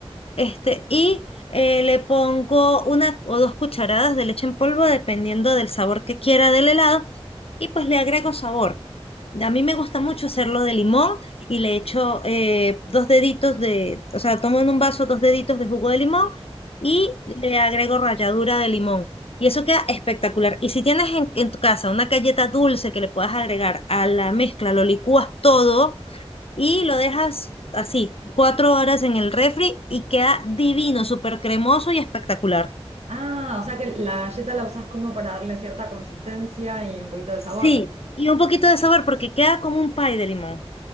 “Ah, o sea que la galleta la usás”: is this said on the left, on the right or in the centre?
Right